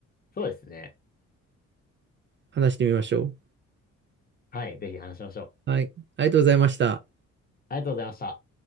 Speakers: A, on the left (about 30°); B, on the right (about 40°).
A: そうですね。
B: 話してみましょう。
A: はい、ぜひ話しましょう。
B: はい。ありがとうございました。
A: ありがとうございました。